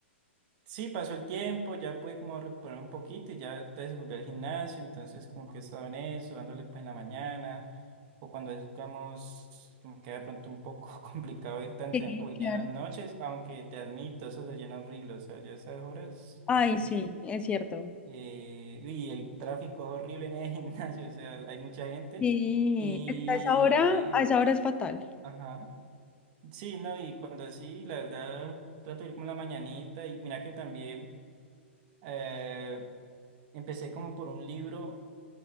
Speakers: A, on the right; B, on the left.
A: sí, pasó el tiempo, ya pude como recuperarme un poquito y ya entonces volví al gimnasio, entonces como que estaba en eso, dándole pues en la mañana, o cuando es, digamos, como que de pronto un poco <laughs> complicado ir tan
B: sí,
A: temprano, voy
B: claro.
A: ya en las noches, aunque te admito, eso se llena horrible, o sea, ya esas horas
B: Ay,
A: como que,
B: sí, es cierto.
A: eh, y el tráfico es horrible en el <laughs> gimnasio, o sea, hay mucha gente
B: Sí,
A: y...
B: es que a esa hora, a esa hora es fatal.
A: Ajá. Sí, no, y cuando así, la verdad, trato de ir como en la mañanita y mira que también eh, empecé como por un libro